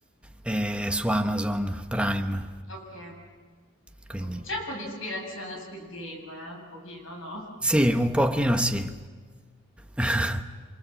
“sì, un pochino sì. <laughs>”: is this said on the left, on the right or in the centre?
Centre